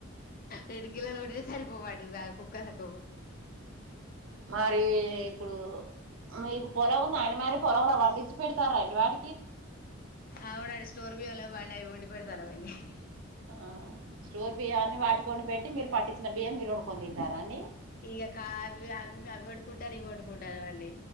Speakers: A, on the left; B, on the right.
A: రెండు కిలోలు ఒండినా సరిపోవు అండి మా కుక్కలకు
B: మరి ఇప్పుడు మీకు పొలం ఉందా అండి మరి పొలంల పండిచ్చి పెడతారా అండి వాటి
A: అవునండి స్టోర్ బియ్యం లేవు అని అవి వండి పెడతాన్నం అండి అండి
B: ఆ స్టోర్ బియ్యాన్ని వాటికి వండి పెట్టి మీరు పట్టించిన బియ్యం మీరు వండుకొని తింటారా అండి
A: ఇగ కావి అవి అవి వండ్కుంటాను ఇవి వండుకుంటానాం అండి